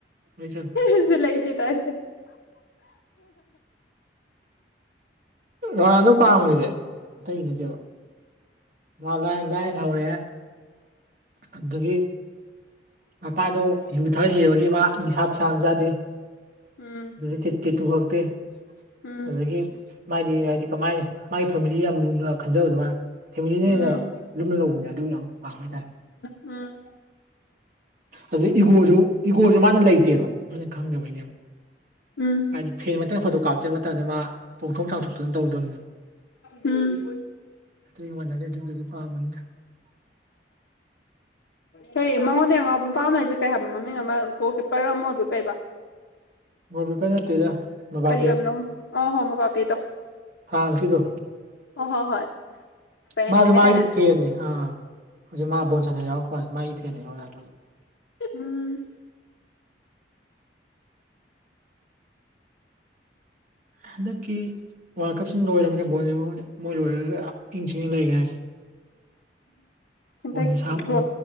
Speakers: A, on the right (about 50°); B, on the left (about 80°).
A: ꯂꯣꯏ ꯆꯜꯂꯦ
B: ꯏꯁ ꯂꯩꯇꯦ ꯇꯁ
A: ꯔꯣꯅꯥꯜꯗꯣ ꯄꯥꯝꯈ꯭ꯔꯤꯁꯦ ꯑꯇꯩꯒꯤ ꯅꯠꯇꯦꯕ ꯃꯥ ꯂꯥꯏꯟ ꯂꯥꯏꯔꯅ ꯍꯧꯔꯦ ꯑꯗꯨꯗꯒꯤ ꯃꯄꯥꯗꯣ ꯌꯨ ꯊꯛꯑ ꯁꯤꯕꯒꯤ ꯃꯥ ꯅꯤꯁꯥ ꯄꯁꯥ ꯑꯃ ꯆꯥꯗꯦ
B: ꯎꯝ
A: ꯑꯗꯩ ꯇꯦꯇꯨꯇꯨ ꯍꯛꯇꯦ
B: ꯎꯝ
A: ꯑꯗꯨꯗꯒꯤ ꯃꯥꯗꯤ ꯍꯥꯏꯗꯤ ꯀꯃꯥꯏꯅ ꯃꯥꯒꯤ ꯐꯦꯃꯤꯂꯤ ꯌꯥꯝ ꯂꯨꯅ ꯈꯟꯖꯕꯗ ꯃꯥꯅ ꯐꯦꯃꯤꯂꯤꯅ
B: ꯎꯝ
A: ꯍꯦꯟꯅ ꯂꯨꯝꯅ ꯂꯧꯕꯅꯦ ꯑꯗꯨ ꯌꯥꯝ ꯄꯥꯝꯕ ꯍꯥꯏꯇꯥꯔꯦ
B: ꯎꯝ
A: ꯑꯗꯨꯗ ꯏꯒꯣꯁꯨ ꯏꯒꯣꯁꯨ ꯃꯥꯅ ꯂꯩꯇꯦꯕ ꯃꯥꯅ ꯈꯪꯗꯕꯩꯅꯦꯕ
B: ꯎꯝ
A: ꯍꯥꯏꯗꯤ ꯐꯦꯟ ꯃꯛꯇ ꯐꯣꯇꯣ ꯀꯥꯞꯁꯦ ꯍꯥꯢꯕ ꯃꯇꯝꯗ ꯃꯥ ꯄꯣꯡꯊꯣꯛ ꯆꯥꯝꯊꯣꯛꯇꯨꯅ ꯇꯧꯗꯕꯅꯤꯅ
B: ꯎꯝ
A: ꯑꯇꯩꯒ ꯃꯥꯟꯅꯗꯦ ꯑꯗꯨꯗꯨꯒꯤ <unintelligible>
B: ꯍꯦ ꯃꯉꯣꯟꯗ ꯌꯥꯝ ꯉꯥꯎꯕ ꯅꯨꯄꯥꯃ ꯂꯩꯔꯤꯁꯦ ꯀꯩ ꯍꯥꯏꯕ ꯃꯃꯤꯡ ꯑꯃ ꯒꯣꯜ ꯀꯤꯞꯄꯔ ꯑꯃ ꯑꯣꯏꯕ ꯀꯩꯕ
A: ꯃꯧ ꯈꯛꯇ ꯅꯠꯇꯦꯗ ꯃꯕꯥꯄꯦꯅꯤ
B: ꯀꯔꯤ ꯑꯣꯏꯕꯅꯣ ꯑ ꯍꯣ ꯃꯕꯥꯞꯄꯦꯗꯣ
A: ꯐ꯭ꯔꯥꯟꯁꯀꯤꯗꯣ
B: ꯑ ꯍ ꯍꯣꯏ ꯄꯦꯟꯅꯦ
A: ꯃꯥꯁꯨ
B: ꯍꯥꯏꯇꯥꯅꯦ
A: ꯃꯥꯒꯤ ꯐꯦꯟꯅꯦ ꯑꯥ ꯍꯧꯖꯤꯛ ꯃꯥ ꯕꯣꯟ ꯁꯥꯟꯅ ꯌꯥꯎꯔꯛꯄ ꯋꯥꯅꯤ ꯃꯥꯒꯤ ꯐꯦꯟꯅꯦ ꯔꯣꯅꯟꯗꯣ
B: ꯎꯝ
A: ꯍꯟꯗꯛꯀꯤ ꯋꯥꯔꯜ ꯀꯞꯁꯤ ꯂꯣꯏꯔꯕꯅꯤꯅ ꯕꯣꯜ ꯌꯦꯡꯕꯕꯨꯗꯤ ꯃꯣꯏ ꯂꯣꯏꯔꯒ ꯏꯪ ꯆꯤꯛꯅ ꯂꯩꯒꯔꯦ
B: ꯍꯟꯗꯛ
A: ꯄꯣꯟ ꯁꯥꯞ
B: ꯒꯣ